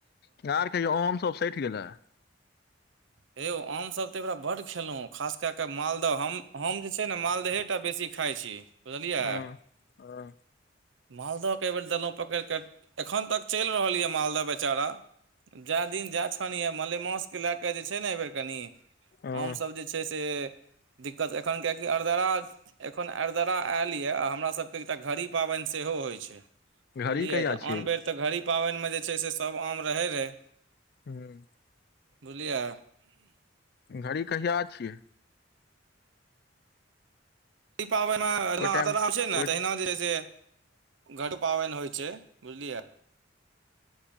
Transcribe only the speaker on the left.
तऽ आर देखयौ आम सब सठि गेलेह।
हँ हँ
हँ
घड़ी
कहिया
छियै
हँ।
घड़ी कहिया छियै?
ओहि टाइम
ओ